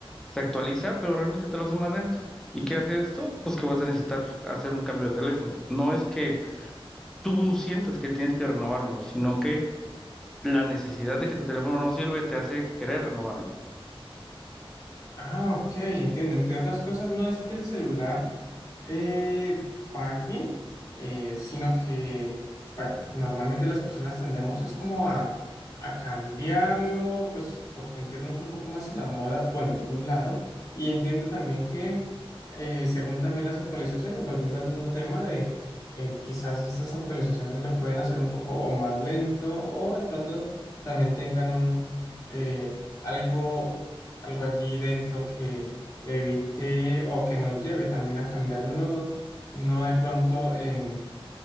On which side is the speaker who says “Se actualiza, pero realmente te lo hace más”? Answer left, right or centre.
Centre